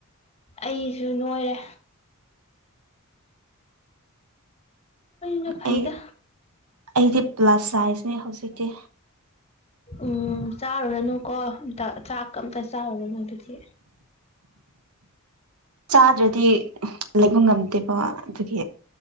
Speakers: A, on the left; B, on the right.
A: ꯑꯩꯁꯨ ꯅꯣꯏꯔꯦ ꯅ ꯐꯥꯏꯗ
B: ꯑꯩ ꯑꯩꯗꯤ ꯄ꯭ꯂꯁ ꯁꯥꯏꯁꯅꯦ ꯍꯧꯖꯤꯛꯀꯤ
A: ꯎꯝ ꯆꯥꯔꯨꯔꯅꯨ ꯀꯣ ꯑꯇ ꯆꯥꯛ ꯑꯝꯇ ꯆꯥꯔꯕꯅꯣ ꯑꯗꯨꯗꯤ
B: ꯆꯥꯗ꯭ꯔꯗꯤ ꯂꯩꯕ ꯉꯝꯗꯦꯕꯣ ꯑꯗꯨꯒꯤ